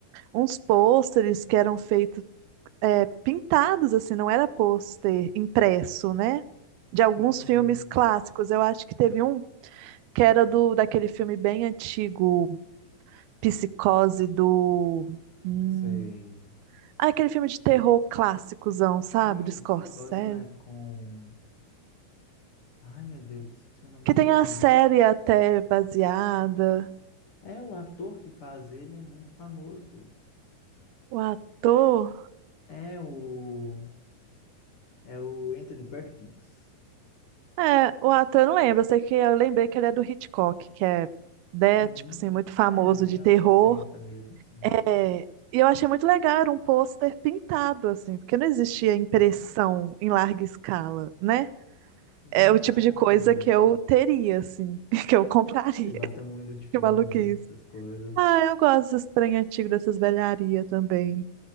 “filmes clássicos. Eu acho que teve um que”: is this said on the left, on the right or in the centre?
Right